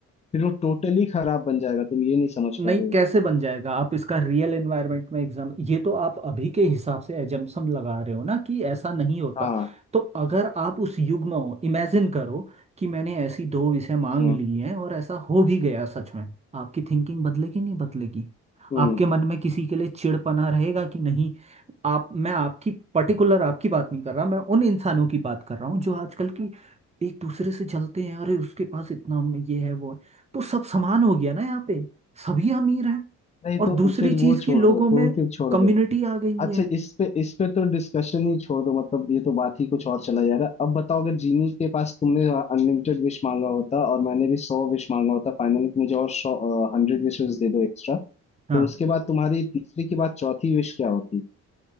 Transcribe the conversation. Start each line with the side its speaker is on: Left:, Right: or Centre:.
Left: फिर वो टोटली खराब बन जाएगा तुम ये नहीं समझ
Right: नहीं
Left: पा रहे हो
Right: कैसे बन जाएगा आप इसका रियल एनवायरनमेंट में एग्जाम ये तो आप अभी के हिसाब से एजम्पशन लगा रहे हो ना कि ऐसा नहीं होता
Left: हाँ
Right: तो अगर आप उस युग में हो इमेजिन करो कि मैंने ऐसी दो विषय मांग
Left: हाँ,
Right: ली हैं और ऐसा हो भी गया सच में आपकी थिंकिंग बदलेगी नहीं बदलेगी
Left: हम्म
Right: आपके मन में किसी के लिए चिड़पना रहेगा कि नहीं आप मैं आपकी पर्टिकुलर आपकी बात नहीं कर रहा मैं उन इंसानों की बात कर रहा हूँ जो आजकल की एक दूसरे से जलते हैं अरे उसके पास इतना ये है वो है तो सब समान हो गया ना यहाँ पे सभी अमीर हैं
Left: नहीं
Right: और
Left: तो
Right: दूसरी
Left: फिर वो
Right: चीज
Left: छोड़
Right: की लोगों
Left: दो
Right: में
Left: तो फिर छोड़
Right: कम्युनिटी
Left: दो
Right: आ गई
Left: अच्छा
Right: है
Left: इस पे इस पे तो डिस्कशन ही छोड़ दो मतलब ये तो बात ही कुछ और चला जा रहा है अब बताओ अगर जीनी के पास तुमने अनलिमिटेड विश मांगा होता और मैंने भी सौ विश मांगा होता फाइनली तुम मुझे और सौ हंड्रेड विशेस दे दो एक्स्ट्रा तो
Right: हाँ
Left: उसके बाद तुम्हारी तीसरी के बाद चौथी विश क्या होती